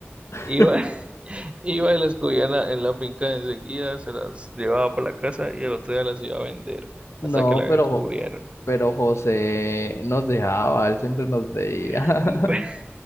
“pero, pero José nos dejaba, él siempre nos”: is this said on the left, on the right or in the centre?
Left